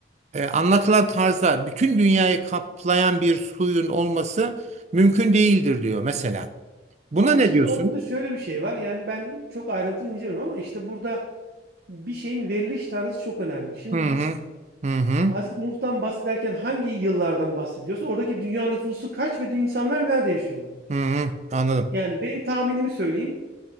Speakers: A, on the right (about 40°); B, on the right (about 55°).
A: e, anlatılan tarzda bütün dünyayı kaplayan bir suyun olması mümkün değildir diyor mesela. Buna
B: Ama
A: ne
B: şimdi
A: diyorsun?
B: orada da şöyle bir şey var. Yani ben çok ayrıntılı incelemiyorum ama işte burada bir şeyin veriliş tarzı çok önemli. Şimdi
A: Hı hı.
B: biz
A: Hı hı.
B: Hazreti Nuh'tan bahsederken hangi yıllardan bahsediyorsa oradaki dünya nüfusu kaç ve insanlar nerede yaşıyorlar?
A: Hı hı. Anladım.
B: Yani benim tahminimi söyleyeyim.